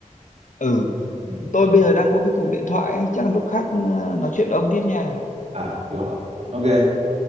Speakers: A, on the left; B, on the right.
A: ừ
B: Ừ.
A: tôi bây giờ đang có cái cuộc điện thoại ấy, chắc là lúc khác ờ, nói chuyện với ông tiếp nha
B: à rồi ok